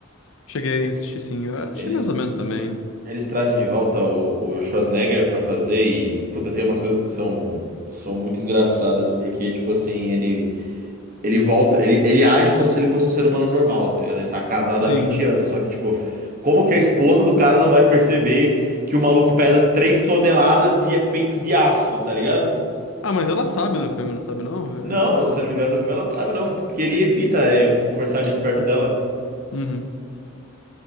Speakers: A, on the left; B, on the right.
A: Cheguei, assisti sim, eu achei
B: Ele...
A: mais ou menos também.
B: Eles trazem de volta o... o Schwarzenegger pra fazer e. Puta, tem umas coisas que são. São muito engraçadas, porque, tipo assim, ele. Ele volta, ele, ele age como se ele fosse um ser humano normal, tá ligado? Ele tá casado
A: Sim.
B: há 20 anos, só que, tipo, como que a esposa do cara não vai perceber que o maluco pesa 3 toneladas e é feito de aço, tá ligado?
A: Ah, mas ela sabe no filme, não sabe não? Eu-
B: Não,
A: Ela sabe.
B: se eu não me engano, no filme ela não sabe, não, contanto que ele evita é, conversar disso perto dela.
A: Uhum.